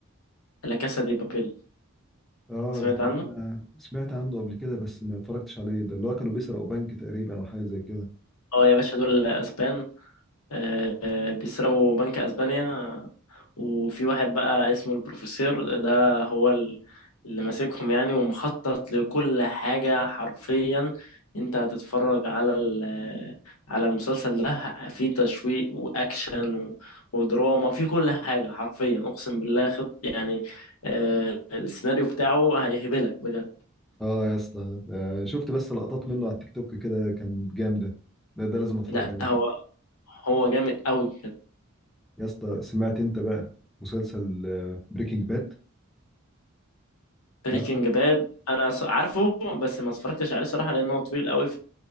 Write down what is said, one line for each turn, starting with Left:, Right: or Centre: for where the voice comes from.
Left: لا كاسا دي بابيل
Centre: اه
Left: سمعت
Centre: ده اللي
Left: عنه
Centre: هم سمعت عنه قبل كده بس ما اتفرجتش عليه ده اللي هو كانوا بيسرقوا بنك تقريبا او حاجه زي كده
Left: اه يا باشا دول اسبان آه، آه، بيسرقوا بنك اسبانيا وفي واحد بقى اسمه البروفيسور ده هو ال- اللي ماسكهم يعني ومخطط لكل حاجة حرفيا انت هتتفرج على ال- على المسلسل ده في تشويق واكشن و- ودراما في كل حاجة حرفيا اقسم بالله خط يعني آه، السيناريو بتاعه هيهبلك بجد
Centre: اه يا اسطى آه، شفت بس لقطات منه على التيك توك كده كان جامده ده ده لازم اتفرج
Left: لا
Centre: عليه
Left: هو هو جامد قوي بجد
Centre: يا اسطى سمعت انت بقى مسلسل بريكنج باد
Left: بريكنج
Centre: عارفه
Left: باد انا س- عارفه بس ما اتفرجتش عليه صراحة لانه طويل قوي